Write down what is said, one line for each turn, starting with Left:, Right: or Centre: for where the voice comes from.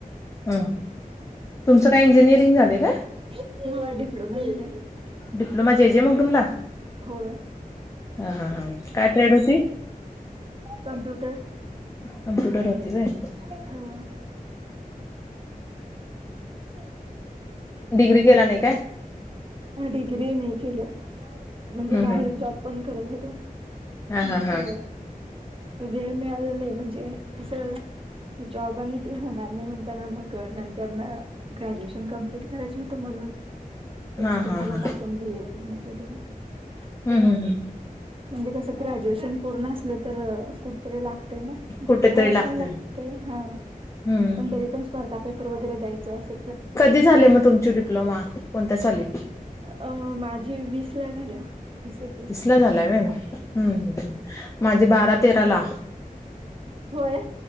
Left: ह तुमचं काय इंजिनिअरिंग झालंय काय?
Right: हा डिप्लोमा झालंय
Left: डिप्लोमा जे जे मग तुमला
Right: होय
Left: हा हा हा काय ट्रेड होती?
Right: कंप्युटर
Left: कंप्युटर होती व्हय.
Right: हा हो
Left: डिग्री केला नाही काय?
Right: डिग्री नाही केलो म्हणजे
Left: हम्म
Right: बाहेर
Left: हम्म
Right: जॉब पण करत होतो.
Left: हा हा
Right: मग
Left: हा
Right: वेळ मिळाला नाही म्हणजे कसं जॉब आणि ते होणार नाही म्हण ना मग नंतरन ग्रॅज्युएशन कंप्लीट करायचं होतं म्हणून
Left: हा
Right: एक्सटर्नल
Left: हा
Right: ला
Left: हा
Right: टाकून बी. ए पूर्ण केलो मग
Left: हु हु हु
Right: म्हणजे कसं ग्रॅज्युएशन पूर्ण असलं तर कु तरी लागतंय ना
Left: कुठेतरी
Right: डिप्लोमावर
Left: लागतोय
Right: पण लागतय हा
Left: हम्म.
Right: पण तरी पण स्पर्धा पेपर वगैरे द्यायचं अस
Left: कधी झाले मग तुमची डिप्लोमा, कोणत्या साली?
Right: अ माझी वीसला झाल्या वीस एक
Left: वीसला झालाय व्हय, माझी बारा-तेरा ला
Right: होय.